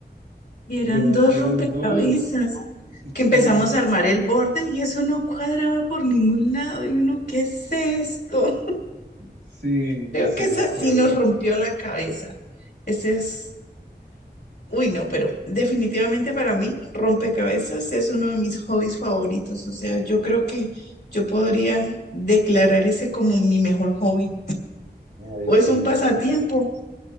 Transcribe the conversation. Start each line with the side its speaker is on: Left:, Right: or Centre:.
Left: y eran
Right: ¿Verdad
Left: dos
Right: que eran
Left: rompecabezas
Right: dos?
Left: que empezamos
Right: Sí,
Left: a armar el borde y eso no cuadraba por ningún lado y uno, ¿qué es esto?
Right: sí,
Left: Creo
Right: sí,
Left: que esa
Right: me acuerdo.
Left: sí nos rompió la cabeza. Ese es, uy, no, pero definitivamente para mí rompecabezas es uno de mis hobbies favoritos. O sea, yo creo que yo podría declarar ese como mi mejor hobby.
Right: Ay,
Left: O
Right: sí,
Left: es un pasatiempo,
Right: es que,